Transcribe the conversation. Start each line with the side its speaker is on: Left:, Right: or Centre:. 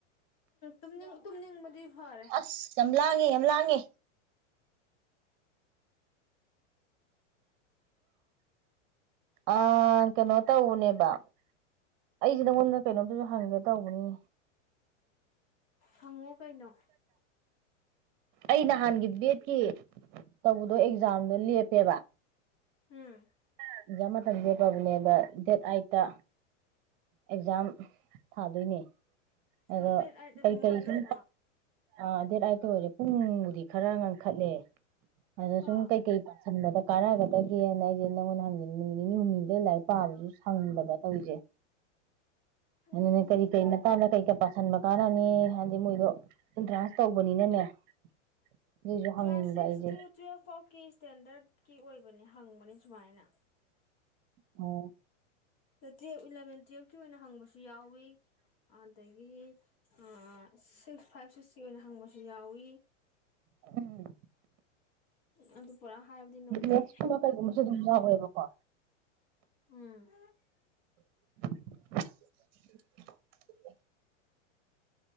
Left: ꯎꯝꯅꯤꯡ ꯇꯨꯝꯅꯤꯡꯕꯗꯤ ꯐꯔꯦ
Right: ꯑꯁ ꯌꯥꯝ ꯂꯥꯡꯒꯦ ꯌꯥꯝ ꯂꯥꯡ ꯪꯉꯦ ꯑꯥ ꯀꯩꯅꯣ ꯇ ꯎꯅꯦꯕ ꯑꯩꯁꯦ ꯅꯉꯣꯟꯗ ꯀꯩꯅꯣꯝꯇꯁꯨ ꯍꯪꯒꯦ ꯇꯧꯕꯅꯤ
Left: ꯍꯪꯉꯣ ꯀꯩꯅꯣ
Right: ꯑꯩ ꯅꯍꯥꯟꯒꯤ ꯕꯦꯠꯀꯤ ꯇꯧꯕꯗꯣ ꯑꯦꯛꯖꯥꯝꯗꯣ ꯂꯦꯞꯄꯦꯕ
Left: ꯎꯝ
Right: ꯑꯦꯛꯖꯥꯝ ꯃꯇꯝ ꯂꯦꯞꯄꯕꯅꯦꯕ ꯗꯦꯠ ꯀꯦꯠꯇ ꯑꯦꯛꯖꯥꯝ ꯊꯥꯗꯣꯏꯅꯦ ꯑꯗꯣ
Left: ꯑꯣ ꯗꯦꯠ ꯑꯥꯏꯠ ꯑꯗꯨꯝ
Right: ꯀꯩ ꯀꯔꯤ
Left: ꯑꯣꯏꯒ꯭ꯔꯕꯣ
Right: ꯁ ꯑ ꯗꯦꯠ ꯑꯇ ꯑꯣꯏꯔꯦ ꯄꯨꯡꯕꯨꯗꯤ ꯈꯔ ꯉ ꯈꯠꯅꯦꯦ ꯑꯗꯣ ꯁꯨꯝ
Left: ꯑꯣ
Right: ꯀꯩꯀꯩ ꯄꯥꯟꯕꯗ ꯀꯥꯟꯅꯒꯗꯒꯦꯅ ꯑꯩꯁꯦ ꯅꯪꯉꯣꯟꯗ ꯍꯪꯉꯤ ꯅꯨꯃꯤꯠ ꯅꯤꯅꯤ ꯍꯨꯝꯅꯤꯗ ꯂꯥꯏꯔꯤꯛ ꯄꯥꯕꯁꯨ ꯁꯪꯗꯕ ꯇꯧꯔꯤꯁꯦ
Left: ꯎꯝ
Right: ꯑꯗꯨꯅꯦ ꯀꯔꯤ ꯀꯔꯤ ꯃꯇꯥꯡ ꯀꯩꯀꯥ ꯄꯥꯥꯁꯟꯕ ꯀꯥꯟꯅꯅꯤ ꯍꯥꯏꯗꯤ ꯃꯣꯏꯗꯣ ꯑꯦꯟꯇ꯭ꯔꯥꯟꯁ ꯇꯧꯕꯅꯤꯅꯅꯦ ꯑꯗꯨꯏꯁꯨ ꯍꯪꯅꯤꯡꯕ
Left: ꯀ꯭ꯂꯥꯁ ꯁꯤꯛꯁ
Right: ꯑꯩꯁꯦ
Left: ꯇꯨ ꯇ꯭ꯌꯦꯦꯜꯐ ꯐꯥꯎꯀꯤ ꯏꯁꯇꯦꯟꯗꯔꯠ ꯀꯤ ꯑꯣꯏꯕꯅꯦ ꯍꯪꯕꯅꯤ ꯁꯨꯃꯥꯏꯅ
Right: ꯑꯣ
Left: ꯇꯨꯋ ꯏꯂꯚꯦꯟ ꯇꯨꯋꯦꯜꯐꯀꯤ ꯑꯣꯏꯅ ꯍꯪꯕꯁꯨ ꯌꯥꯎꯋꯤ ꯑꯗꯒꯤ ꯑ ꯁꯤꯛꯁ ꯐꯥꯏꯚ ꯁꯤꯛꯁꯀꯤ ꯑꯣꯏꯅ ꯍꯪꯕꯁꯨ ꯌꯥꯎꯋ
Right: ꯎꯝ
Left: ꯎ ꯑꯗꯨ ꯄꯨꯔꯥ ꯍꯥꯏꯕꯗꯤ ꯉꯝꯗꯦꯗꯤ
Right: ꯃꯦꯠꯁꯀꯨꯝꯕ ꯀꯩꯒꯨꯝꯕꯁꯨ ꯑꯗꯨꯝ ꯌꯥꯎꯋꯦꯕꯀꯣ
Left: ꯎꯝ
Right: <inaudible>